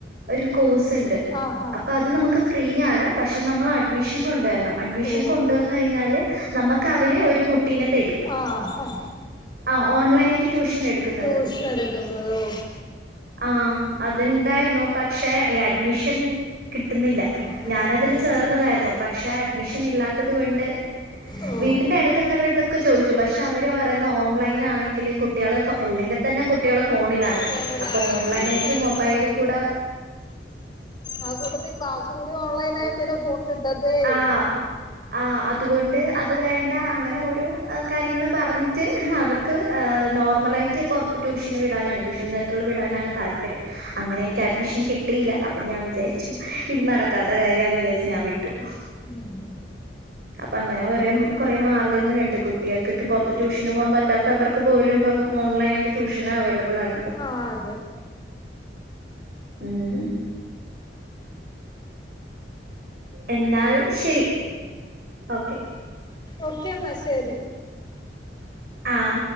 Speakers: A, on the right; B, on the left.
A: ഒരു കോഴ്സ് ഉണ്ട്
B: ആഹാ
A: അപ്പൊ അത് നമുക്ക് ഫ്രീ ആണ് പക്ഷെ നമ്മള് അഡ്മിഷൻ കൊണ്ടുവരണം അഡ്മിഷൻ
B: ഓ
A: കൊണ്ടുവന്ന് കഴിഞ്ഞാല് നമുക്ക് അവര് ഒരു കുട്ടീനെ തരും
B: ആഹ് ആഹ്
A: ആഹ് ഓൺലൈൻ ആയിട്ട് ട്യൂഷൻ എടുക്കുന്നത്
B: ട്യൂഷൻ എടുക്കുന്നത് ഓ
A: ആഹ് അതുണ്ടായിരുന്നു പക്ഷെ ഈ അഡ്മിഷൻ കിട്ടുന്നില്ല
B: അഡ്മിഷൻ
A: ഞാനതില് ചേർന്നതായിരുന്നു പക്ഷെ അഡ്മിഷൻ ഇല്ലാത്തത് കൊണ്ട്
B: ഓ
A: വീട്ടിന്റെ അടു അട്ത്ത്ള്ളവര്ട്ത്തൊക്കെ ചോദിച്ചു പക്ഷെ അവര് പറയുന്നു ഓൺലൈൻ ആണെങ്കിൽ കുട്ടികൾ അല്ലെങ്കിൽ തന്നെ കുട്ടികൾ ഫോണിലാണ്.
B: ഫോണിലാണ്
A: അപ്പൊ
B: അത്
A: ഓൺലൈനയിട്ട്
B: ശരിയാണ്
A: മൊബൈലിൽ
B: ഇപ്പൊ ഫുൾ
A: കൂടെ
B: ടൈം ആ കൂട്ടത്തിൽ ക്ലാസ് കൂടി ഓൺലൈൻ ആയാ പിന്നെ ഫോൺ കിട്ടത്തേയി
A: ആഹ് ആഹ് അതുകൊണ്ട് അത് വേണ്ട അങ്ങനെ ഓരോ കാര്യങ്ങള് പറഞ്ഞിട്ട് അവർ ക്ക് നോർമലായിട്ട് പുറത്ത് ട്യൂഷന് വിടാനാണ് ട്യൂഷൻ സെന്ററിൽ വിടാനാണ് താല്പര്യം അങ്ങനെ എനിക്ക് അഡ്മിഷൻ കിട്ടിയില്ല അപ്പൊ ഞാൻ വിചാരിച്ചു ഇത് നടക്കാത്ത കാര്യാമാന്ന് വിചാരിച്ചു ഞാൻ വി കിട്ടും
B: ഉം
A: അപ്പൊ അങ്ങനെ കുറേ കുറേ മാർഗ്ഗങ്ങളുണ്ട് കുട്ടികൾക്ക് പുറത്ത് ട്യൂഷന് പോകാൻ പറ്റാത്തവർക്ക് പോലും ഇപ്പം ഓൺലൈൻ ആയിട്ട് ട്യൂഷന് അവൈലബിൾ ആണ് ഇപ്പം
B: ആഹ് അതെ
A: ഉം എന്നാൽ ശരി ഓക്കെ.
B: ഓക്കെന്നാ ശരി.
A: ആഹ്